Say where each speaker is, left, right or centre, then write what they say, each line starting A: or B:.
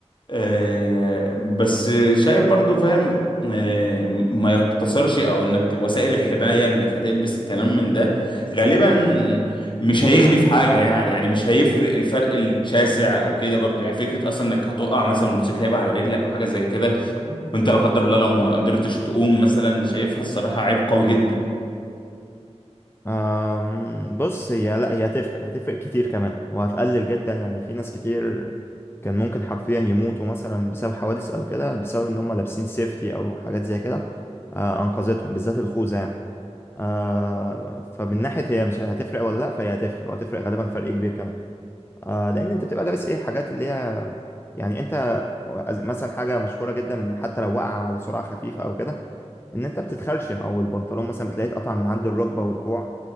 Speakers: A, on the left; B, on the left.
A: آه، بس شايف برضو فاهم آه، ما يقتصرش او انك وسائل الحماية انك هتلبس الكلام من ده غالبا مش هيغني في حاجة يعني يعني مش هيفرق الفرق الشاسع او كده برضو يعني فكرة اصلا انك هتقع مثلا والموتوسيكل هيبقى على رجلك او حاجة زي كده وانت لا قدر الله لو ما قدرتش تقوم مثلا شايفها الصراحة عيب قوي جدا
B: أم، بص هي لا هي هتفرق هتفرق كتير كمان وهتقلل جدا يعني في ناس كتير كان ممكن حرفيا يموتوا مثلا بسبب حوادث او كده بسبب ان هم لابسين سيفتي او حاجات زي كده آه، انقذتهم بالذات الخوذه يعني آه، فمن ناحيه هي مش هتفرق ولا لا فهي هتفرق وهتفرق غالبا فرق كبير كمان آه، لان انت بتبقى لابس ايه حاجات اللي هي يعني انت مثلا حاجه مشهوره جدا من حتى لو وقع على سرعه خفيفه او كده ان انت بتتخرشم او البنطلون مثلا بتلاقيه اتقطع من عند الركبه والكوع